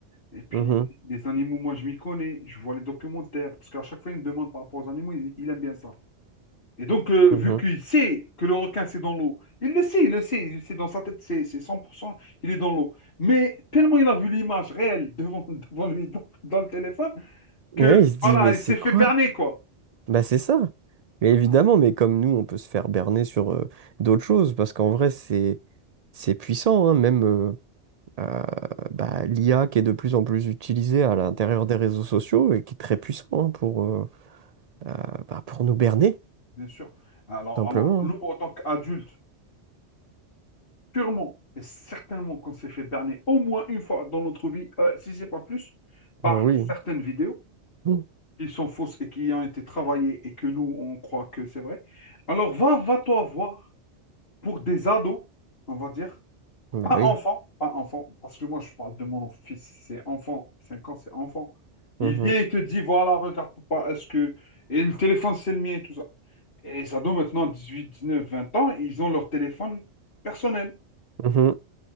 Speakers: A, on the left; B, on the right.
A: Et puis,
B: mhm,
A: les animaux, moi, je m'y connais, je vois les documentaires, parce qu'à chaque fois, il me demande par rapport aux animaux, il, il aime bien ça. Et donc, euh,
B: mhm.
A: vu qu'il sait que le requin, c'est dans l'eau, il le sait, il le sait, il sait dans sa tête, c'est c'est 100% il est dans l'eau. Mais tellement il a vu l'image réelle devant, <laughs> devant lui, dans, dans le téléphone,
B: Ouais,
A: que
B: il se dit
A: voilà,
B: mais
A: il
B: c'est
A: s'est fait
B: quoi?
A: berner, quoi.
B: Bah c'est ça. Mais
A: Ah,
B: évidemment, mais comme nous, on peut se faire berner sur euh, d'autres choses parce qu'en vrai c'est c'est puissant, hein, même. euh, euh, bah, l'IA qui est de plus en plus utilisée à
A: oui,
B: l'intérieur des réseaux sociaux et qui est très puissant hein, pour, euh, euh, bah, pour nous berner,
A: Bien sûr. Alors,
B: tout simplement.
A: alors, nous, en tant qu'adultes, Purement et certainement qu'on s'est fait berner au moins une fois dans notre vie, euh, si c'est pas plus, par
B: Oh oui.
A: certaines vidéos
B: Mm.
A: qui sont fausses et qui ont été travaillées et que nous, on croit que c'est vrai. Alors va, va-toi voir pour des ados, on va dire,
B: Bah
A: pas
B: oui.
A: enfants, pas enfants, parce que moi je parle de mon fils, c'est enfant, 5 ans, c'est enfant. Il
B: Mhm.
A: vient et te dit, voilà, regarde papa, est-ce que... Et le téléphone, c'est le mien et tout ça. Et les ados maintenant, dix-huit dix-neuf vingt ans, ils ont leur téléphone personnel.
B: Mhm.